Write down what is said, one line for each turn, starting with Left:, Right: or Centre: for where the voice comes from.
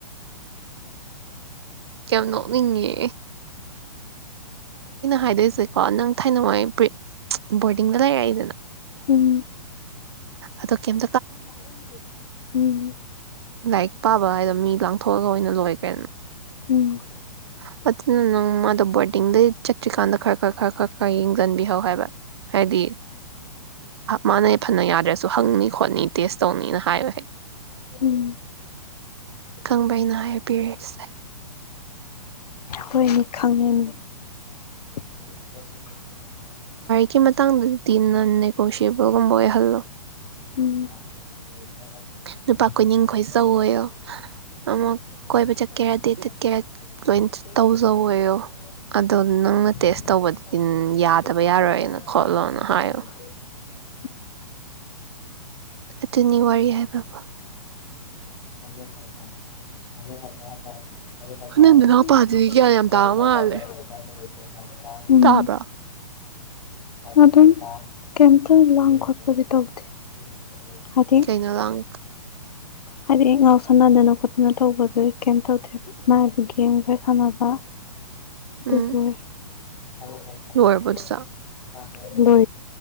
Right: ꯌꯥꯝ ꯅꯣꯛꯅꯤꯡꯉꯦ
Left: ꯑꯗꯣ
Right: ꯍꯥꯏꯗꯣꯏꯁꯦꯀꯣ
Left: ꯑꯩꯅ ꯍꯥꯏꯗꯣꯏꯔꯤꯁꯦꯀꯣ
Right: ꯅꯪ ꯊꯥꯏꯅꯋꯥꯏ ꯕꯣꯔꯗꯤꯡꯗ ꯂꯩꯔꯛꯏꯗꯅ
Left: <unintelligible> ꯎꯝ
Right: ꯑꯗꯣ ꯀꯦꯏꯝ
Left: ꯇꯟꯒꯤꯗꯦꯗꯟ ꯎꯝ
Right: ꯂꯥꯏꯔꯤꯛ ꯄꯥꯕ ꯍꯥꯏꯗꯣ ꯃꯤ ꯂꯥꯡꯊꯣꯛꯑꯒ ꯑꯣꯏꯅ ꯂꯣꯏ ꯀꯔꯤꯅ
Left: ꯎꯝ
Right: <unintelligible>
Left: <inaudible>
Right: ꯆꯠꯇ꯭ꯔꯤꯀꯥꯟꯗ ꯈꯔ ꯈꯔ ꯈꯔ ꯈꯔ ꯈꯔ ꯌꯦꯡꯁꯤꯟꯕꯤꯍꯧ ꯍꯥꯏꯕ ꯍꯥꯏꯗꯤ ꯃꯥꯅ ꯐꯅ ꯌꯥꯗ꯭ꯔꯁꯨ ꯍꯪꯅꯤ ꯈꯣꯠꯅꯤ ꯇꯦꯁ ꯇꯧꯅꯤꯅ ꯍꯥꯏꯌꯣ ꯍꯦꯛ
Left: <unintelligible> ꯎꯝ
Right: ꯈꯪꯕꯔꯥ ꯑꯩꯅ ꯍꯥꯏꯕꯤꯔꯤꯁꯦ
Left: ꯍꯣꯌꯅꯦ ꯈꯪꯉꯦꯅꯦ <inaudible>
Right: ꯀꯤ ꯃꯇꯥꯡꯗꯗꯤ <unintelligible> ꯁꯤꯕꯣ ꯒꯨꯝꯕ ꯑꯣꯏꯍꯜꯂꯣ
Left: ꯎꯝ <inaudible>
Right: ꯅꯨꯄꯥ ꯀꯣꯏꯅꯤꯡꯈꯣꯏ ꯆꯧ ꯑꯣꯏꯌꯣ ꯑꯃꯨꯛ ꯀꯣꯏꯕ ꯆꯠꯀꯦꯔꯥ ꯗꯦꯠ ꯆꯠꯀꯦꯔꯥ ꯂꯣꯏ ꯇꯧꯖꯧꯋꯣꯌꯣ ꯑꯗꯣ ꯅꯪꯅ ꯇꯦꯁ ꯇꯧꯕꯗꯨꯗꯤ ꯌꯥꯗꯕ ꯌꯥꯔꯣꯏꯅ ꯈꯣꯠꯂꯣꯅ ꯍꯥꯏꯌꯣ ꯑꯗꯨꯅꯤ ꯋꯥꯔꯤ ꯍꯥꯏꯕꯕꯣ
Left: <inaudible> ꯦ
Right: ꯅꯪ ꯅꯅꯥꯎꯄꯥꯗꯨꯗꯤ
Left: <inaudible>
Right: ꯒ꯭ꯌꯥꯟ ꯌꯥꯝ ꯇꯥꯕ ꯃꯥꯜꯂꯦ
Left: ꯎꯝ
Right: ꯇꯥꯕ꯭ꯔꯣ
Left: ꯑꯗꯨ ꯑꯗꯨꯝ ꯀꯝꯇ ꯂ ꯈ ꯀꯗꯤ ꯇꯧꯗꯦ ꯍꯥꯏꯗꯤ
Right: ꯀꯩꯅꯣ ꯂꯪ
Left: ꯍꯥꯏꯗꯤ ꯑꯩ ꯉꯥꯎ ꯁꯥꯟꯅꯗꯅ ꯈꯣꯠꯇꯅ ꯇꯧꯕꯗ ꯀꯩꯝ ꯇꯧꯗꯦ ꯃꯥꯏꯕꯨ ꯒꯦꯝ ꯈꯔ ꯁꯥꯟꯅꯕ
Right: ꯎꯝ
Left: ꯇꯂꯣꯏ ꯐ
Right: ꯂꯣꯏꯔꯕꯣ ꯑꯗꯨꯁꯨ
Left: ꯇꯥꯏꯗ